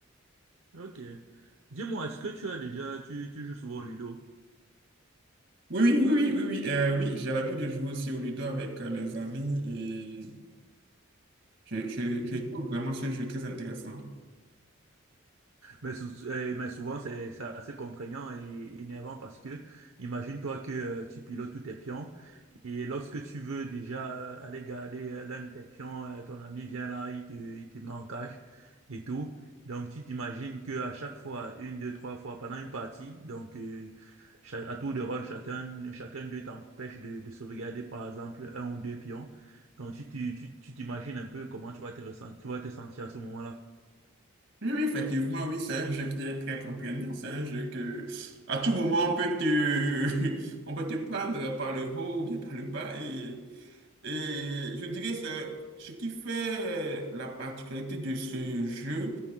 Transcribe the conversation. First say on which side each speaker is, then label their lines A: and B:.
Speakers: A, on the right; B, on the right.
A: Ok. Dis-moi, est-ce que tu as déjà tu, tu joues souvent au Ludo?
B: Oui, oui, oui, oui, oui, oui, euh, oui, j'ai l'habitude de jouer aussi au Ludo avec euh, les amis et je, je,
A: Et
B: je
A: tu
B: trouve vraiment ce jeu très intéressant.
A: Mais, sou- euh, mais souvent, c'est c'est assez contraignant et énervant parce que imagine-toi que euh, tu pilotes tous tes pions et lorsque tu veux déjà euh, aller garder euh, l'un de tes pions, euh, ton ami vient là, il te, il te met en cage et tout. Donc, tu t'imagines qu'à chaque fois, une, deux, trois fois pendant une partie, donc euh, cha- à tour de rôle, chacun, chacun d'eux t'empêche de, de sauvegarder par exemple un ou deux pions. Donc, tu tu- tu- tu t'imagines un peu comment tu vas te ressentir, tu vas te sentir à ce moment-là.
B: Oui, oui, effectivement, oui, c'est un jeu qui est très contraignant. C'est un jeu que, à tout moment, on peut te, <laughs> on peut te prendre par le haut ou bien par le bas. Et, et je dirais, c'est ce qui fait la particularité de ce jeu,